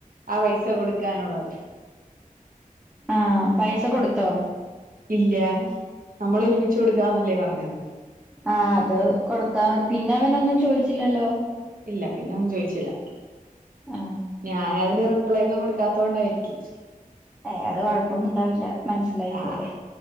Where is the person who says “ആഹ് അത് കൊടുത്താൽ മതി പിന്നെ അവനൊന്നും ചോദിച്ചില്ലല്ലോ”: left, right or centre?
Centre